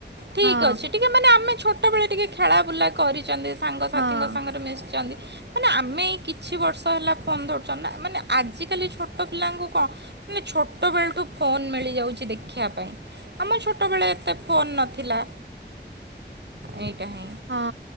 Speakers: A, on the right; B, on the right.
A: ଠିକ
B: ହଁ
A: ଅଛି ଟିକେ ମାନେ ଆମେ ଛୋଟ ସେତେବେଳେ ଟିକେ ଖେଳା ବୁଲା କରିଛନ୍ତି ସାଙ୍ଗସାଥିଙ୍କ
B: ହଁ।
A: ସାଙ୍ଗରେ ମିଶିଛନ୍ତି ମାନେ ଆମେ ଏଇ କିଛି ବର୍ଷ ହେଲା ଫୋନ ଧରୁଛ ନା ମାନେ ଆଜିକାଲି ଛୋଟ ପିଲାଙ୍କୁ କଣ ମାନେ ଛୋଟ ବେଳଠୁ ଫୋନ ମିଳିଯାଉଛି ଦେଖ ଦେଖିବା ପାଇଁ ଆମ ଛୋଟବେଳେ ଏତେ ଫୋନ ନଥିଲା ଏଇଟା ହିଁ
B: ହଁ